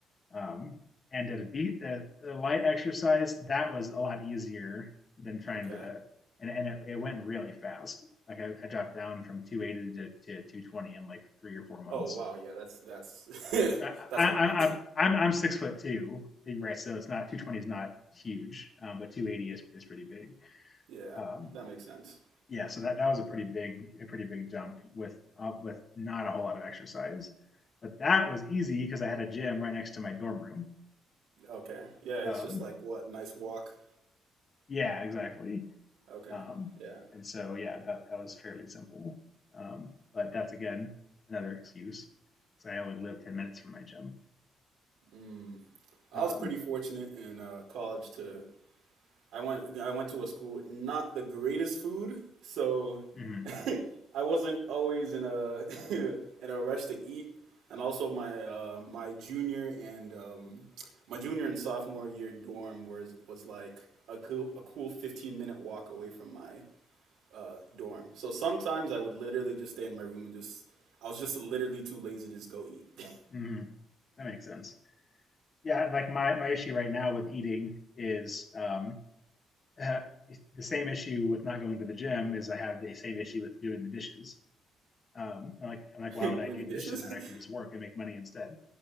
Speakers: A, on the left; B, on the right.
A: Um, and did a, deep, a, a light exercise that was a lot easier than trying
B: Okay.
A: to. And and it, it went really fast. Like I, I dropped down from 280 to, to 220 in like three or four months
B: Oh wow, yeah, that's that's
A: I,
B: <laughs> that's
A: I,
B: a lot.
A: I, I'm I'm six foot two, right? So it's not 220 is not huge, um, but 280 is is pretty big.
B: Yeah,
A: Um,
B: that makes sense.
A: yeah, so that, that was a pretty big a pretty big jump with uh, with not a whole lot of exercise, but that was easy because I had a gym right next to my dorm room.
B: Okay. Yeah, it's
A: Um,
B: just like what, nice walk.
A: yeah, exactly.
B: Okay.
A: Um,
B: Yeah.
A: and so yeah, that that was fairly simple. Um, but that's again another excuse because I only live 10 minutes from my gym.
B: Mm. I
A: Um,
B: was pretty fortunate in uh college to I went I went to a school with not the greatest food, so
A: mhm,
B: <laughs> I wasn't always in a <laughs> in a rush to eat, and also my uh, my junior and um, my junior and sophomore year dorm was was like a cool a cool fifteen minute walk away from my uh, dorm. So sometimes I would literally just stay in my room and just I was just literally too lazy to just go eat. <laughs>
A: mhm, that makes sense. yeah, like my my issue right now with eating is um, uh, the same issue with not going to the gym is I have the same issue with doing the dishes. Um, I'm like I'm like, why
B: Yeah, <laughs>
A: would
B: doing
A: I do
B: the dishes.
A: the dishes when
B: <laughs>
A: I can just work and make money instead?